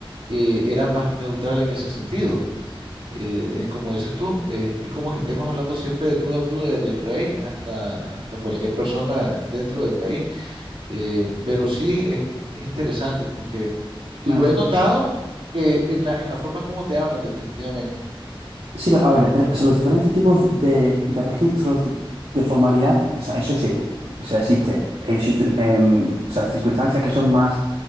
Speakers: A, on the right; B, on the right.
A: eh, era más neutral en ese sentido. Eh, eh, como dices tú, eh, es como que estemos hablando siempre de tú a tú, desde el rey hasta, hasta cualquier persona dentro del país. Eh, pero sí es, es interesante porque lo
B: Me-
A: he notado eh, en la, en la forma como te hablan, definitivamente.
B: Sí, a ver, eh, son los diferentes tipos de, de registros de, de formalidad, o sea, eso sí, o sea, existe en, situ- en, o sea, circunstancias que son más